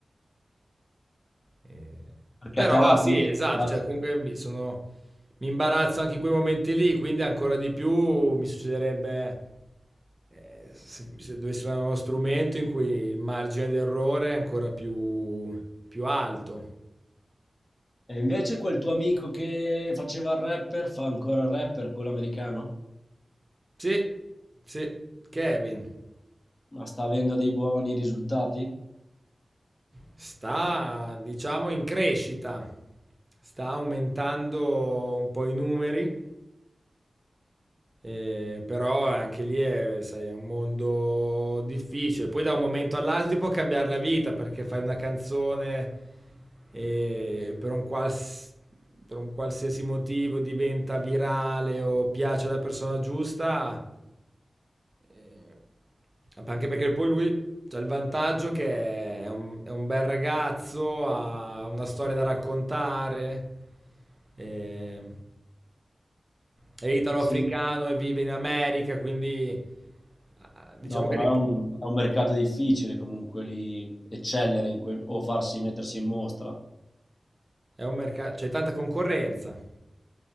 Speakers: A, on the right; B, on the left.
A: Ehm,
B: Perché
A: però
B: a te la latina...
A: sì, esatto,
B: piace.
A: cioè comunque mi sono mi imbarazzo anche in quei momenti lì, quindi ancora di più mi succederebbe, ehm, se se dovessi suonare uno strumento in cui il margine d'errore è ancora più più alto.
B: E invece quel tuo amico che faceva il rapper, fa ancora il rapper, quello americano?
A: Sì, sì, Kevin
B: Ma sta avendo dei buoni risultati?
A: sta, diciamo, in crescita, sta aumentando un po' i numeri. Eh, però anche lì è, sai, è un mondo difficile. Poi da un momento all'altro ti può cambiare la vita perché fai una canzone e per un, quals- per un qualsiasi motivo diventa virale o piace alla persona giusta. Eh, anche perché poi lui ha il vantaggio che è un, è un bel ragazzo, ha una storia da raccontare. eh, è italo-africano
B: Sì.
A: e vive in America, quindi ah, diciamo
B: No, però
A: che le-
B: è un, è un mercato difficile comunque lì eccellere in quel- o farsi mettersi in mostra.
A: è un mercato, c'è tanta concorrenza.